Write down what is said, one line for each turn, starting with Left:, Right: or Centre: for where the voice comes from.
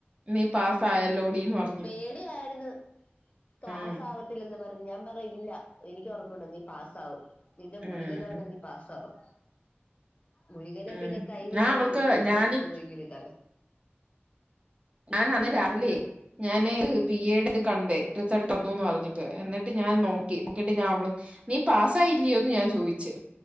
Right: നീ പാസ്സായല്ലോടീന്ന് പർ
Left: പേടിയായിര്ന്നു കാസാവ
Right: ഉം
Left: ത്തില്ലെന്ന് പറഞ് ഞാൻ പറഞ് ഇല്ല എനിക്കൊറപ്പുണ്ട് നീ പാസാവും നിന്റെ മുരുകനാണെ
Right: ഉം
Left: നീ പാസ്സാവും. മുരുകനെ
Right: ഉം
Left: പിന്നെ കൈവിടാതെ
Right: ഞാൻ അവൾക്ക്
Left: പിടിക്കുന്നോണ്ട്
Right: ഞാന്
Left: അവൾക്ക് ഭയങ്കര ഇതാണ്
Right: ആണന്ന് രാവിലെ ഞാന് ബി എഡ ഇത് കണ്ടേ റിസൾട്ട് വന്നുംന്ന് പറഞ്ഞിട്ട് എന്നിട്ട് ഞാൻ നോക്കി നോക്കിട്ട് ഞാൻ അവള് നീ പാസ്സായില്ലയോന്ന് ഞാൻ ചോയിച്ചു